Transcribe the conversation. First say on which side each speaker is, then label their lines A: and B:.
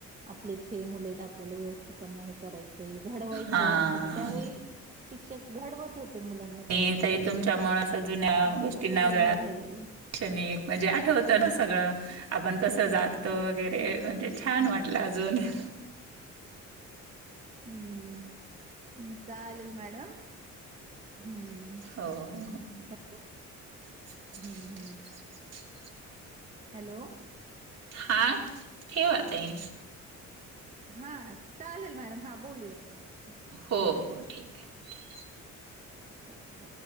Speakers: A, on the right; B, on the right.
A: आपलेच हे मुलं आहेत तर आपल्याला व्यवस्थित त्यांना हे करायचंय घडवायचंय
B: हा
A: असं नाही त्यावेळी <inaudible> <inaudible> शिक्षक घडवत होते मुलांना
B: <inaudible>
A: त्यावेळी,
B: मी त तुमच्या मळ असं जुन्या
A: आता
B: गोष्टी
A: तसं
B: नाव
A: काही
B: दे
A: नाही राहिलेलं.
B: <inaudible> णिक म्हणजे आठवत ना सगळं आपण कस जात वगैरे म्हणजे छान
A: हां.
B: वाटलं अजून <inaudible>
A: <inaudible> हम्म चालेल मॅडम. हम्म
B: हो
A: हॅलो
B: <inaudible>
A: हम्म हम्म <inaudible> हॅलो
B: हा हे ठेवा आहे <inaudible>
A: <inaudible> हा चालेल मॅडम हा बोलूया परत.
B: हो हो ठीक आहे' <inaudible>
A: हो हो